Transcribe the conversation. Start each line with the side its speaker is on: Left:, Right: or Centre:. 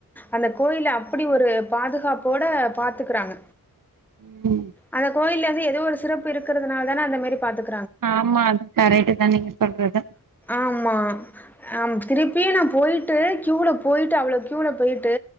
Centre: அந்த கோயில அப்டி ஒரு பாதுகாப்போட பாத்துக்குறாங்க
Right: ம்
Centre: அந்த கோயில்ல வந்து எதோ ஒரு சிறப்பு இருக்கிறதுனால தான அந்த மாரி பாத்துக்க
Right: ஆமா அது கரெக்ட்டு தா நீங்க சொல்றது
Centre: ஆமா ஆ திரி ப்பியு நா போய்ட்டு க்யூவுல போய்ட்டு அவ்ளோ க்யூவுல போய்ட்டு